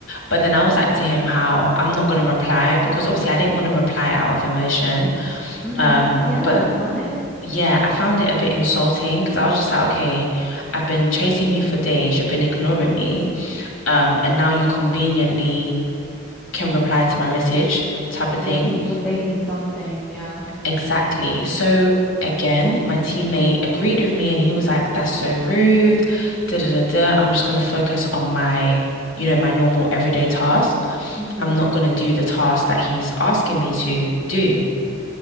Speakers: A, on the left; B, in the centre.
A: But then I was like to him how I'm not gonna reply because obviously I didn't want to reply out of emotion.
B: Mm-hmm.
A: Um,
B: Yeah,
A: but
B: nice.
A: Yeah, I found it a bit insulting because I was just like, okay, I've been chasing you for days, you've been ignoring me, um, and now you conveniently can reply to my message type of
B: When
A: thing.
B: you when they need something, yeah.
A: Exactly. So again, my teammate agreed with me and he was like, that's so rude, da da da da. I'm just gonna focus on my, you know, my normal everyday task.
B: Mm-hmm.
A: I'm not gonna do the task that he's asking me to do.